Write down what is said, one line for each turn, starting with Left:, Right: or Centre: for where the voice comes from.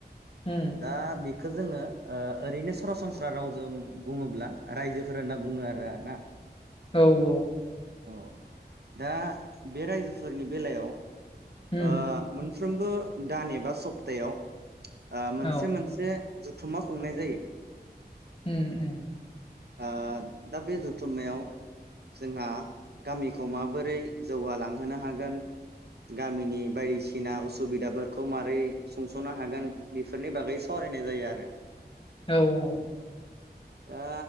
Left: उम
Right: दा बेख खो जोंङो आ ओरैनो सरासनस्रा रावजों बुंङोब्ला रायजोफोर होनना बुंङो आरो ना
Left: औ औ
Right: औ दा बे रायजोफोरनि बेलायाव
Left: उम
Right: आह फ्रोमबो दान एबा सप्तायाव ओ मोनसे
Left: औ
Right: मोनसे जथुमा खुंनाय जायो।
Left: उम उम
Right: ओ दा बे जुथुमनायाव जोंहा गामिखौ माबोरै जौगालांहोनो हागोन गामिनि बायदिसिना उसुबिदाफोरखौ माबारै सुंस'नो हागोन बेफोरनि बागै सावरायनाय जायो आरो।
Left: औ औ
Right: दा